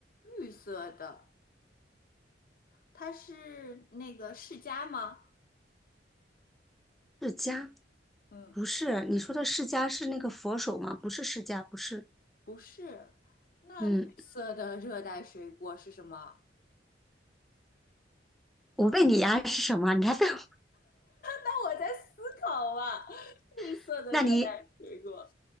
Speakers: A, on the left; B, in the centre.
A: 绿色的，它是那个释迦吗？
B: 释迦
A: 嗯，
B: 不是，你说的释迦是那个佛手吗？不是释迦，不是。
A: 不是，
B: 嗯，
A: 色的热带水果是什么？
B: 我问你呀、是什么？你还问我？
A: 那我在思考啊。绿色的热带水果，
B: <laughs> 那你